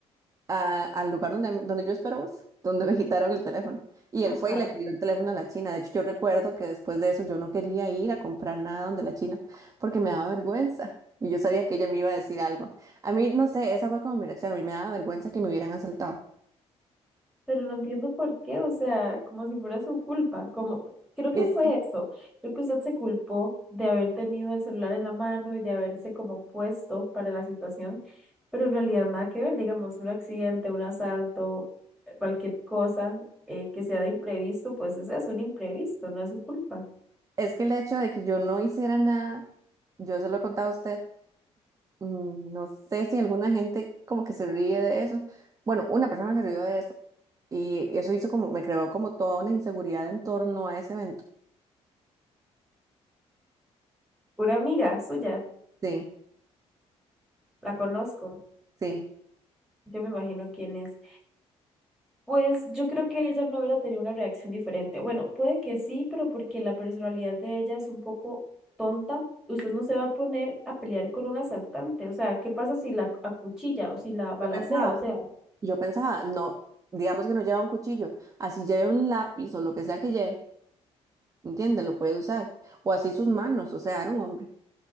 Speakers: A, on the right; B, in the centre.
A: a- al lugar donde, donde yo espero esperaba, donde me quitaron el teléfono. Y él
B: Ajá.
A: fue y le pidió el teléfono a la China. De hecho, yo recuerdo que después de eso yo no quería ir a comprar nada donde la China porque me daba vergüenza. Y yo sabía que ella me iba a decir algo. A mí, no sé, esa fue como mi reacción. A mí me daba vergüenza que me hubieran asaltado.
B: Pero no entiendo por qué, o sea, como si fuera su culpa, como creo que
A: Es
B: fue
A: que,
B: eso, creo que usted se culpó de haber tenido el celular en la mano y de haberse como puesto para la situación, pero en realidad nada que ver, digamos, un accidente, un asalto, eh, cualquier cosa eh, que sea de imprevisto, pues es eso, un imprevisto, no es su culpa.
A: es que el hecho de que yo no hiciera nada, yo se lo he contado a usted, mm, no sé si alguna gente como que se ríe de eso. Bueno, una persona se rió de eso. Y eso hizo como, me creó como toda una inseguridad en torno a ese evento.
B: Una amiga suya,
A: Sí,
B: la conozco,
A: sí.
B: yo me imagino quién es. Pues yo creo que ella no hubiera tenido una reacción diferente. Bueno, puede que sí, pero porque la personalidad de ella es un poco tonta, usted no se va a poner a pelear con un asaltante. O sea, ¿qué pasa si la acuchilla o si la balacea?
A: Yo pensaba,
B: O sea,
A: yo pensaba, no, digamos que no lleva un cuchillo, así lleve un lápiz o lo que sea que lleve, ¿entiendes? Lo puede usar. O así sus manos, o sea, era un hombre.